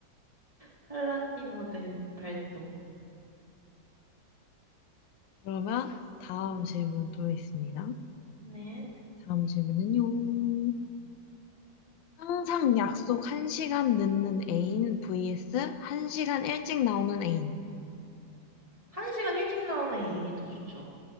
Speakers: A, on the right; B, on the left.
A: 팔랑기 모드 발동.
B: 그러면 다음
A: 음.
B: 질문 또 있습니다.
A: 네.
B: 다음 질문은요. 항상 약속 한 시간 늦는 애인 vs 한 시간 일찍 나오는 애인.
A: 한 시간 일찍 나오는 애인이 더 좋죠.